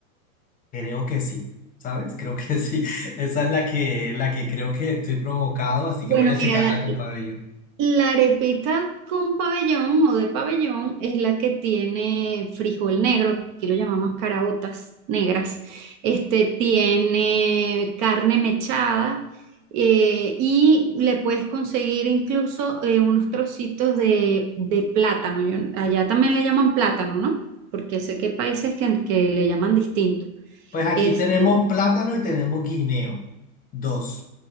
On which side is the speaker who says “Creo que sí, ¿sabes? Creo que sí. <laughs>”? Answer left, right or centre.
Left